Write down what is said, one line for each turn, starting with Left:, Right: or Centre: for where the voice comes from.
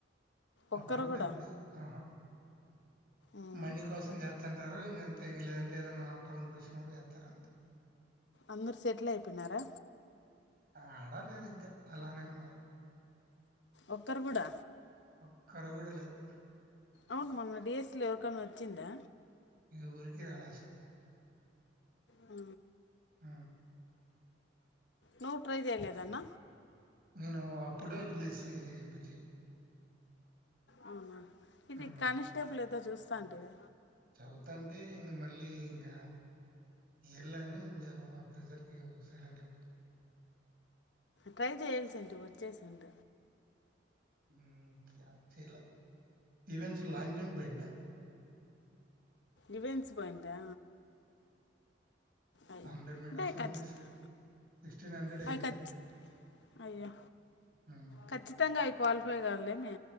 Left: ఒక్కరు
Right: అప్పుడప్పుడు
Left: కూడా
Right: ఎప్పుడో ఆహా
Left: ఉమ్.
Right: మనీ కోసం జాత్ దంతరు ఇంక అంతే ఇంగ లేదంటే ఏదన్నా టౌన్ కి వచ్చినప్పుడు ఎత్తారు అంతే
Left: అందరు సెటిల్ అయిపోయినారా
Right: ఆడలేదు ఇంకా అలానే ఉన్నారు
Left: ఒక్కరు కూడా
Right: ఒక్కరు గుడా లేరు
Left: అవును మొన్న డిఎస్సీలో ఎవరికైనా వచ్చిందా
Right: ఎవ్వరికి రాలా అసలు
Left: ఆ
Right: ఆ
Left: నువ్వు ట్రై చేయలేదన్న
Right: నేను అప్పుడే వదిలేసి బుజ్జి
Left: అవునా ఇది
Right: హ్మ్.
Left: కానిస్టేబుల్ ఏదో చూస్తా అంటివే
Right: వతాంటే ఇంగ మళ్ళీ ఇంగ ఎళ్ళని ఇంకా ప్రెజర్ కి సైలెంట్ అయిపోతు
Left: ట్రై చేయాల్సింటు వచ్చేసింట
Right: ఊ జాచేలా ఈవెంట్స్ లాంగ్ జంప్ పోయిండా
Left: ఈవెంట్స్ పోయిందా అయ్యో
Right: హండ్రెడ్ మీటర్స్
Left: అంటే
Right: ఓన్లీ
Left: ఖచ్చితం
Right: సి సిక్స్టీన్ హండ్రెడ్ అయింది
Left: అవి ఖచ్చి అయ్యో
Right: హ్మ్.
Left: ఖచ్చితంగా అవి క్వాలిఫై కావలే మే